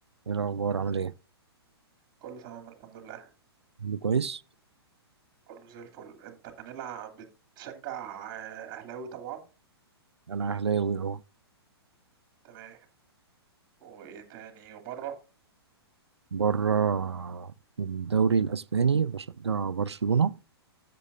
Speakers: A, on the right; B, on the right.
A: ايه الاخبار عامل ايه
B: كله تمام الحمد لله
A: كله كويس
B: كله زي الفل انت هنلعب بتشجع آه، اهلاوي طبعا
A: انا اهلاوي اهو
B: تمام وايه تاني وبره
A: بره في الدوري الاسباني بشجع برشلونة